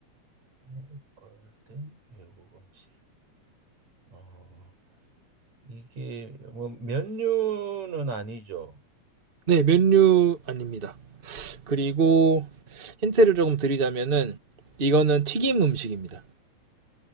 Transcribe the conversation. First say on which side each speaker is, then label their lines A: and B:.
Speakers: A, on the right (about 65°); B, on the right (about 30°).
A: 한국화된 외국 음식. 어, 이게 뭐 면류는 아니죠.
B: 네, 면류 아닙니다. 그리고 힌트를 조금 드리자면은 이거는 튀김 음식입니다.